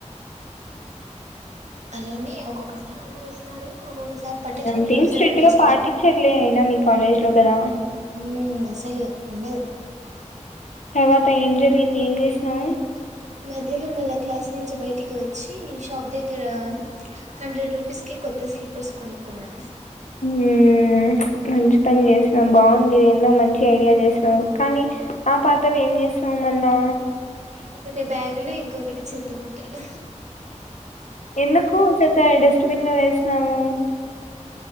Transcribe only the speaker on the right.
ఆ అలోనే ఒక్కొక్కసారి అలా వేస్తారు. ఒక్కొక్కసారి పట్టించుకుంటారు
ఒకసారి
పట్టించుకోరు
ఊ అసలు ఉండదు.
మధ్యలో మళ్ళా క్లాస్ నుంచి బయటికి వచ్చి షాప్ దగ్గర హండ్రెడ్ రూపీస్ కి. కొత్త స్లీపర్స్ కొనుక్కున్నా.
ఒకటి బ్యాగులో ఇంకొకటి చెత్త పుట్టలో.